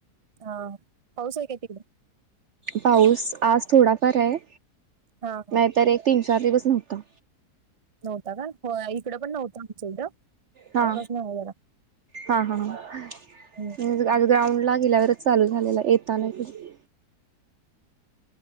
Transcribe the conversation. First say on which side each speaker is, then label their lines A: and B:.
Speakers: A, on the right (about 30°); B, on the right (about 60°).
A: हां पाऊस हाय का तिकडं?
B: पाऊस आज थोडाफार आहे.
A: हा हा
B: नाहीतर एक तीन चार दिवस नव्हता.
A: नव्हता का, हो इकडे पण नव्हता आमच्याकड
B: हा
A: आजपासून चालू झाला.
B: हा हा <unintelligible>
A: हम्म.
B: मग आज ग्राउंडला गेल्यावरच चालू झालेला येताना <unintelligible>